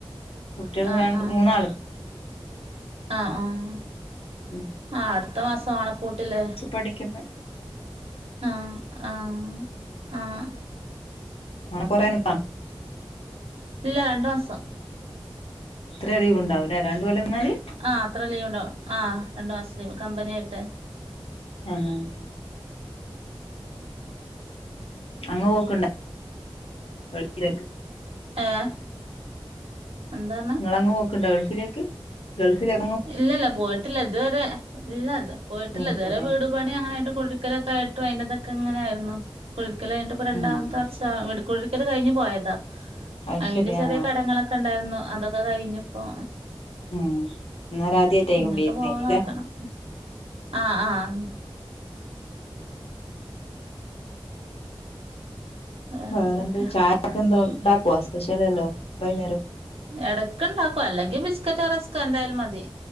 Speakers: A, on the left; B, on the right.
A: കുട്ടികൾ
B: ആഹ്
A: രണ്ട്
B: ആഹ്
A: മൂന്നാള്
B: ആഹ് ആഹ്
A: ഉം
B: ആ അടുത്ത മാസ ആണെ പൂട്ടില്ലേ
A: പഠിക്കുന്നെ
B: ആഹ് ആഹ് ആഹ്
A: ആ പൊറെനി പ്പാ
B: ഇല്ല രണ്ടു മാസം
A: ഇത്ര ലീവ്ണ്ടാവില്ലേ രണ്ട് കൊല്ലം നിന്നാല്
B: ആ അത്ര ലീവ് ഉണ്ടാവുംആ രണ്ടു മാസം ലീവ് കമ്പനി ആയിട്ട്
A: ആഹ് അഹ് അങ്ങ് പോക്കണ്ട <inaudible>
B: ഏഹ്. എന്താർഞ്ഞെ
A: നിങ്ങളങ്ങ് പോക്ക്ണ്ടോ ഗൾഫിലേക്ക് ഗൾഫിലേ
B: ഇല്ല ല്ല പോയിട്ടില്ല ഇത്‌വരെ ഇല്ല ഇത് പോയിട്ടില്ല
A: ഉം
B: ഇതുവരെ
A: ശരിയാ
B: വീടും പണി അങ്ങനായിട്ട് കുടിരിക്കലൊക്കെ ആയിട്ടും അയ്ന്റതൊക്കെ ഇങ്ങനെ ആയിരുന്നു കുടിരിക്കൽ കഞ്ഞട്ട്പ്പ രണ്ടാമത്തെ
A: ഉം
B: വർ <unintelligible> കുടിരിക്കൽ കഴിഞ് പോയതാ
A: അത്
B: അയ്ന്റെ
A: ശരി
B: ചെറിയ
A: ആ
B: കടങ്ങളൊ ക്ക ണ്ടാര്ന്നു അതൊക്ക കയ്ഞ്പ്പോ
A: ഉം ഇന്നേരം ആദ്യയിറ്റേക്കും
B: ഇനിയൊക്കെ
A: വര്ന്നത്
B: പോവാൻ
A: ല്ലേ
B: നോക്കണം ആഹ് ആഹ് വേറെന്തൊക്കെ
A: വേറെന്ത് ചായകൊക്കെ എന്താ ഇണ്ടാകോ സ്പഷ്യലല്ലോ വൈന്നേരം
B: എടക്ക് ഇണ്ടാകും അല്ലെങ്കി ബിസ്ക്കറ്റൊ റസ്ക്കോ എന്താലും മതി